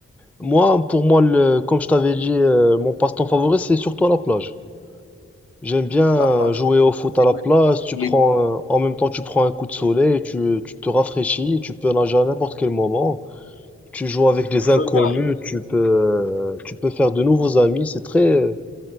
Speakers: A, in the centre; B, on the left.
A: moi, pour moi, le, comme je t'avais dit, euh, mon passe-temps favori, c'est surtout à la plage. J'aime bien euh,
B: La plage,
A: jouer au foot
B: c'est
A: à la
B: magnifique.
A: plage. Tu
B: Les-
A: prends, euh, en même temps, tu prends un coup de soleil, tu, tu te rafraîchis, tu peux nager à n'importe quel moment. Tu joues avec des
B: Regarde.
A: inconnus, tu peux, euh, tu peux faire de nouveaux amis. C'est très, euh,